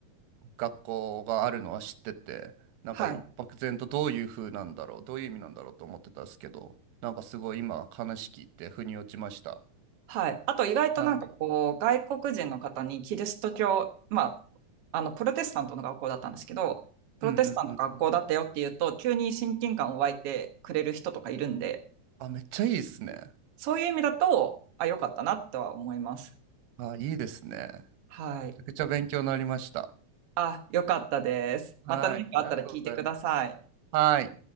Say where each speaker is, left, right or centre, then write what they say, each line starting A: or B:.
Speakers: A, on the right; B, on the right.
A: 学校があるのは知ってて、なんか漠然とどういう風なんだろう、
B: はい。
A: どういう意味なんだろうと思ってたんですけど、なんかすごい今話聞いて腑に落ちました。
B: はい。あと意外となんかこう、
A: はい。
B: 外国人の方にキリスト教、まあ、あの、プロテスタントの学校だったんですけど、プロテスタントの学校だったよっていうと、
A: うんうんうんうん。
B: 急に親近感を湧いてくれる人とかいるんで、
A: あ、めっちゃいいですね。
B: そういう意味だと、あ、よかったなとは思います。
A: あ、いいですね。
B: はい。
A: めちゃくちゃ勉強になりました。
B: あ、よかったです。
A: はい、
B: また何かあったら聞いてください。
A: ありがとうございます。はい。